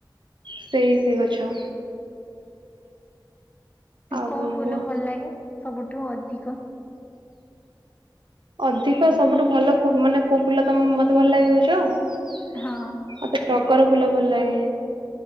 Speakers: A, on the right; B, on the left.
A: ସେଇ ସେଇ ଗଛ। ଆଉ
B: କଣ ଫୁଲ
A: କୁହ
B: ଭଲ ଲାଗେ ସବୁଠୁ ଅଧିକ?
A: ଅଧିକ ସବୁଠୁ ଭଲ ମାନେ କୋଉ ଫୁଲ ତମ ମତେ ଭଲ ଲାଗେ କହୁଛ।
B: ହଁ
A: ମତେ ଟଗର ଫୁଲ ଭଲ ଲାଗେ।